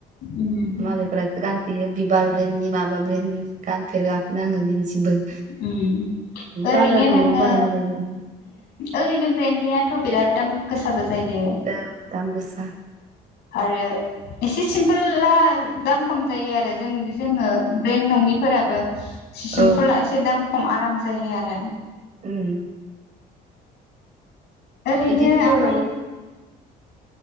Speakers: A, on the left (about 75°); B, on the right (about 50°).
A: उम
B: मालायफोरासो गानो। बेयो बिबार ब्रेन्डनि, माबा ब्रेन्ड गानफेराखैनो आङो दिनैसिमबो।
A: ओ ओरैनो
B: बाजारफोराव
A: नोङो
B: बायलाबायो ओं
A: ओरैनो ब्रेन्डियाथ' बिराद दाम गोसाबो जायो
B: औ दाम गोसा
A: आरो एसे सिमपोल दाम खम जायो आरो। जों जोङो ब्रेन्ड नङिफोराबो सिम्फुला
B: औ
A: एसे दाम खम आराम जायो आरो।
B: उम
A: ओरैनो
B: बिदिथ' बर'आवबो
A: ओमफफ्राय